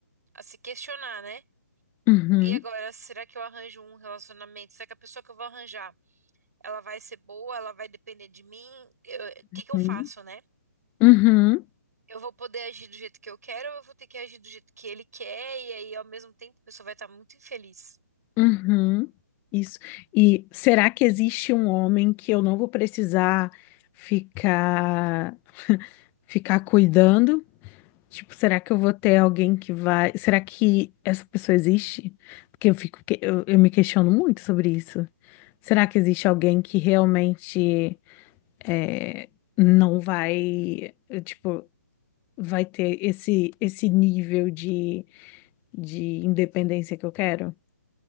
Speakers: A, on the right; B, on the left.
A: a se questionar, né?
B: Uhum,
A: E agora, será que eu arranjo um relacionamento? Será que a pessoa que eu vou arranjar, ela vai ser boa? Ela vai depender de mim? Eu- O que que eu
B: uhum,
A: faço, né?
B: uhum.
A: Eu vou poder agir do jeito que eu quero, ou eu vou ter que agir do jeito que ele quer, e aí ao mesmo tempo a pessoa vai estar muito infeliz.
B: Uhum, isso. E será que existe um homem que eu não vou precisar ficar <laughs> ficar cuidando? Tipo, será que eu vou ter alguém que vai? Será que essa pessoa existe? Porque eu fico que- eu, eu me questiono muito sobre isso. Será que existe alguém que realmente é, não vai, eh, tipo, vai ter esse esse nível de, de independência que eu quero?